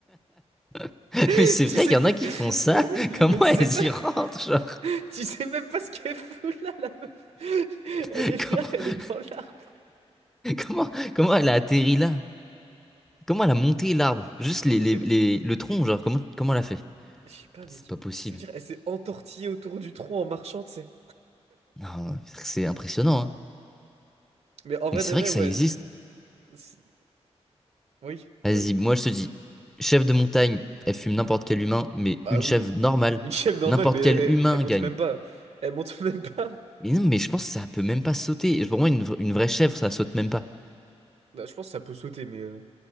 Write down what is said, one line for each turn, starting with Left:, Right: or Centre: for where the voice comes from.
Centre: <laughs>
Right: <laughs>
Centre: Mais c'est
Right: Tu
Centre: vrai,
Right: sais
Centre: il y en
Right: pas.
Centre: a qui font ça.
Right: Mais oui,
Centre: <laughs> Comment
Right: mais tu
Centre: elles
Right: sais pas.
Centre: y rentrent, genre?
Right: <laughs> Tu sais même pas ce qu'elle fout là, la meuf. Elle
Centre: <laughs>
Right: est
Centre: Comment,
Right: là, elle est dans l'arbre.
Centre: comment, comment elle a atterri là? Comment elle a monté l'arbre? Juste
Right: Tu
Centre: les,
Right: sais,
Centre: les-
Right: t'es
Centre: les-
Right: là.
Centre: le tronc, genre, comment, comment elle a fait?
Right: Je sais pas, mec.
Centre: C'est pas possible.
Right: Ça veut dire, elle s'est entortillée autour du tronc en marchant, tu sais.
Centre: Non, c'est impressionnant, hein.
Right: Mais en vrai
Centre: Mais c'est
Right: de vrai,
Centre: vrai que
Right: ouais.
Centre: ça existe.
Right: Si- Oui,
Centre: Vas-y,
Right: bah oui.
Centre: moi je te dis, chef de montagne, elle fume n'importe quel humain, mais
Right: Bah
Centre: une
Right: oui.
Centre: chèvre normale,
Right: Une chèvre normale,
Centre: n'importe
Right: mais elle,
Centre: quel humain
Right: elle monte
Centre: gagne.
Right: même pas. Elle monte <laughs> même pas.
Centre: Mais non, mais je pense que ça peut même pas sauter. Et Pour moi, une, vra- une vraie chèvre, ça saute même pas.
Right: Bah, je pense que ça peut sauter, mais... euh,